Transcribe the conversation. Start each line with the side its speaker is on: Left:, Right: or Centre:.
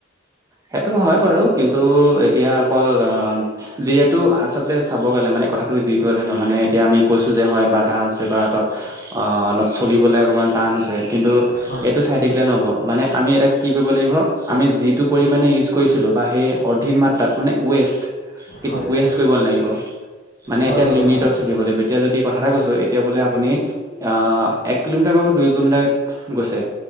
Right: সেইটো হয় বাৰু কিন্তু এতিয়া অকল অ' যিহেতু আচলতে চাব গ'লে মানে কথাটো যিটো জানো মানে এতিয়া আমি কৈছো যে হয় বাধা হৈছে বা অলপ - অলপ চলিবলৈ অকণমান টান হৈছে। কিন্তু
Left: হয়
Right: এইটো চাই থাকিলে নহ'ব মানে আমি এটা কি কৰিব লাগিব আমি যি যিটো পৰিমানে ইউচ কৰিিলো সেই অধিক মাত্ৰাত মানে ৱেষ্ট
Left: হয়
Right: ৱেছ কৰিব নালাগিব মানে
Left: হয়
Right: এতিয়া
Left: হয়
Right: লিমিটত
Left: হয়
Right: চলিব লাগিব এতিয়া যদি কথা এটা কৈছো এতিয়া বোলে আপুনি আহ এক কিলোমিটাৰ বা দুই কিলোমিটাৰ গৈছে,